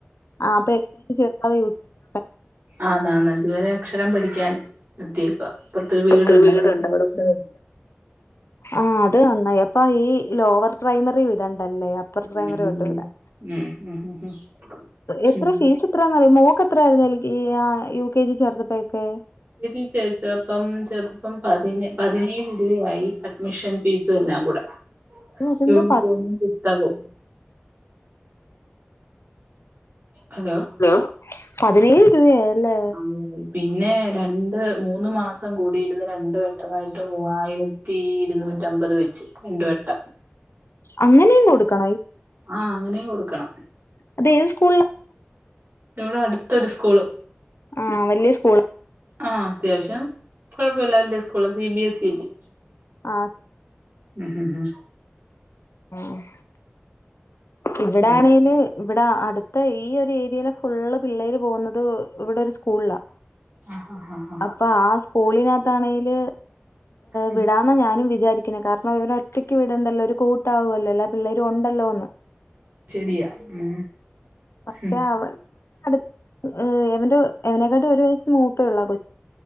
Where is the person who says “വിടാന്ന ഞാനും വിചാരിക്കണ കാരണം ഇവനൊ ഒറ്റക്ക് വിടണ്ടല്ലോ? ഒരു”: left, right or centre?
Left